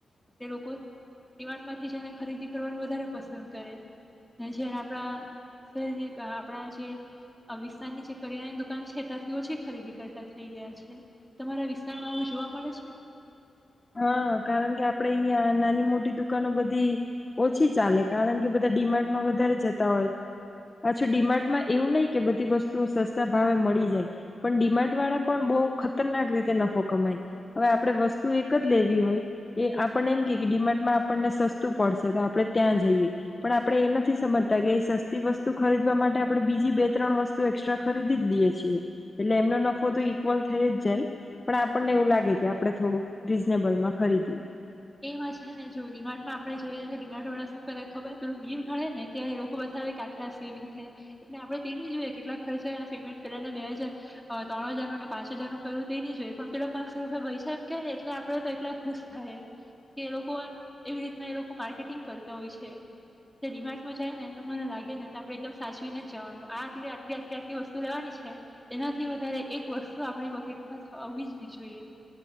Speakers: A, in the centre; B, on the left.
A: એટલે લોકોમામાંથી જઈને ખરીદી કરવાનું વધારે પસંદ કરે જ આપણા શહેર આપણા જે વિસ્તારની જે કરિયાણાની દુકાન છે તથી ઓછી ખરીદી. ટાટાથઈ ગયા છે. તમારા વિસ્તારમાં આવું જોવા મળે છે.
B: હા કારણ કે આપણેે અહીિયાયા નાની મોટી દુકાનો બધી ઓછી ચાલે કારણ કે બધા ડિમાન્ડમાં વધારે જતા હોય પાછું ડિમાર્ડમાં એવું નહી કે બધી વસ્તુઓ સસ્તા ભાવે મળી જાય પણ ડિમાર્ડ વાળા પણ બહુ ખતરનાક રીતે નફો કમાય હવે આપણે વસ્તુ એક. જ લેવી હોય એ આપણને એમ ક ડિમાર્ટમાં આપણને સસ્તું પડશે તો આપણે ત્યાં જઈએ પણ આપણે એ નથી સમજતા કે સસ્તી વસ્તુ ખરીદવા માટે આપડણે બીજી બે ત્રણ વસ્તુ એક્સ્ટ્રા ખરીદી જ લઈએ છી. એટલે એમનો નફો તો ઈક્વલ થઈ જ જાય પણ આપણને એવું લાગે કે આપણે થોડુંક. રીઝનેબલમાં ખરીદ્યું
A: એમાં છે ને જોડી ડીમાટઆપણેે. જઈ અને રિમાન્ડ વાળા શું કરે ખબર પેલું બિલ ગણે ને ત્યાં એ લોકો બતાવે કે આટલાક સેવિંગ થાય એટલે આપણે તે નહીં જોઈએ કેટલા ખર્ચ હો અને પેમેન્ટ? પેલાને બે હજાર. ત્રણ હજાર. ન પાચ હજારનું. કરું તે એ નહી જ હોય પણ પેલા પાંચસો રૂપિયા પૈસાા. એમ કહે ને એટલે આપણે તો એટલા ખુશ થાય કેમ કે એ લોકો એવી રીતના એ. લોકો માર્કેટિંગ કરતા હોય છે ડિમાર્ડમાં જાય ને તો મને લાગે ને તો આપણે એકદમ સાચવીને જ જવાનું આટલી આટલી આટલી આટલી વસ્તુ લેવાની છે. એનાથી વધારે એક વસ્તુ આપણી બકેટમાં થવી જ જોઈએ.